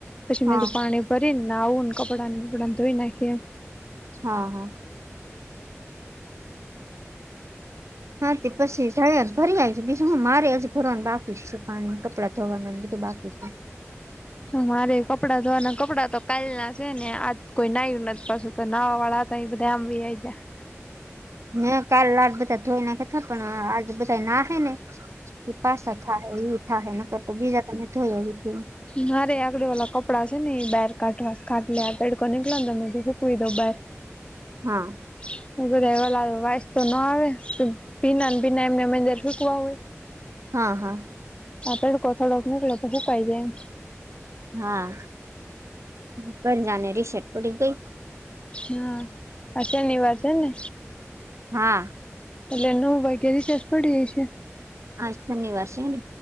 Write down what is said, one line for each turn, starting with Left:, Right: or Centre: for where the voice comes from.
Left: પછી
Right: હા
Left: મે તું પાણી કરીન આવું ને કપડાં ને બપડા ને ધોઈ નાખીએ
Right: હા હા હા તે પછી જઇ આઈસ ભરીઆઈસ બીજું હું મારેય હજુ બાકી ભરવાનું બાકી છે પાણી કપડાં ધોવાના હજી તો બાકી છે.
Left: મારે કપડા ધોવાના કપડાં તો કાલ ના છે ને આજ કોઈ નાયુ નથ પાછું. તો નાવા વાળા હતા એ બધા તો આમ વયા ગયા.
Right: મેં કાલ આજ બધા ધોઈ નાખા હતા પણ આજે બધા નાહે ને કે પાસા થા હૈ ઇ થા હે નકર તો બીજા તો મેં ધોઈ નાખ્યા.
Left: મારે આગળ ઓલા કપડા છે ને ઇ બહાર કાઢવા સ ખાટલે આ તડકો નિકળ્યો તો સૂકવી દઉ બાર. <inaudible>
Right: હા
Left: <unintelligible> વાસ તો ના આવે ભીના ન ભીના એમને એમ સુકવયા હોય.
Right: હા હા
Left: આ તડકો થોડોક નીકળયો તો હુંકાઇ જાય એમ
Right: હા <unintelligible> બધાને રીસેસ પડી ગઈ.
Left: હા આજ શનિવાર છે ને
Right: હાઆ
Left: એટલે નવ વાગે રીસેસ પડી હશે.
Right: આજ શનિવાર છે ને